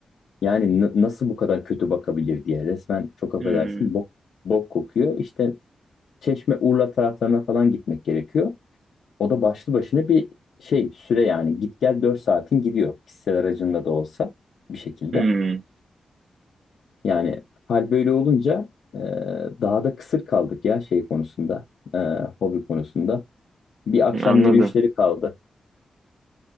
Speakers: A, on the left; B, on the right.
A: yani n- nasıl bu kadar kötü bakabilir diye resmen çok affedersin
B: Hmm.
A: bok, bok kokuyor. İşte Çeşme Urla taraflarına falan gitmek gerekiyor. O da başlı başına bir şey süre yani git gel 4 saatin gidiyor kişisel aracında da olsa bir şekilde.
B: Hmm.
A: Yani hal böyle olunca e, daha da kısır kaldık ya şey konusunda e, hobi konusunda. Bir akşam
B: Anladım.
A: yürüyüşleri kaldı.